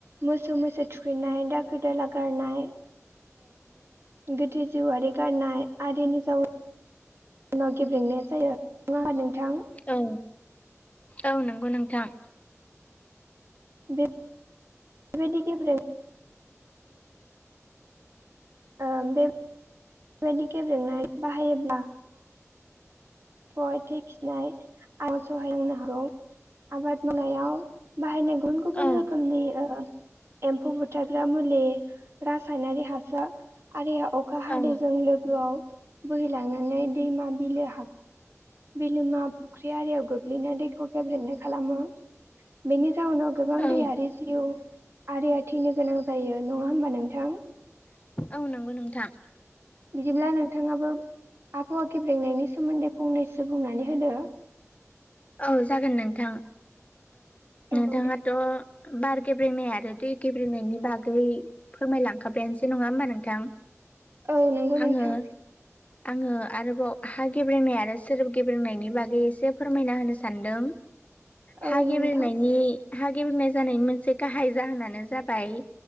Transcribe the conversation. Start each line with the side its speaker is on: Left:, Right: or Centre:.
Right: मोसौ मैसो थुखैनाय दाखोर दाला गारनाय गोथै जिउआरि गारनाय आरिनि जाव उनाव गेब्रेंनाया जायो नङा होमबा नोंथां
Left: औ औ नंगौ नोंथां
Right: बे बेबायदि गेब्रें ओ बे बेबायदि गेब्रेंनाय बाहायोब्ला हाय थै खिनाय आं सहाय होननो हागौ आबाद मावनायाव बाहायनाय गुबुन गुबुन
Left: औ
Right: रोखोमनि एम्फौ बुथारग्रा मुलि रासायनारि हासार आरआ अखा हादैजों
Left: औ
Right: लोगोआव बोहैलांनानै दैमा बिलो बिलोमा फुख्रि आरियाव गोग्लैना दैखौ गेब्लेनाय खालामो बेनि जाउनाव गोबां
Left: औ
Right: दैायारि जिउ आरिया थैनो गोनां जायो नङा होमबा नोंथां।
Left: औ नंगौ नोंथां।
Right: बिदिब्ला नोंथाङाबो आबहाव आखेब्रेंनायनि सोमोन्दै फंनैसो बुंनानै होदो।
Left: औ जागोन नोंथां
Right: औ
Left: नोंथाङाथ'
Right: दे
Left: बार गेब्रेनाय आरो दै गेब्रेनायनि बागै फोरमायलांखाबायानोसै नङा होमबा नोंथां
Right: औ नंगौ नोंथां
Left: आङो आङो आरोबाव हा गेब्रेनाय आरो सोब गेब्रेंनायनि बागै एसे फो फोरमायना होनो सानदों हा
Right: औ नोंथां
Left: गेब्रेनायनि हागेबेनाय जानायनि मोनसे गाहाय जाहोनानो जाबाय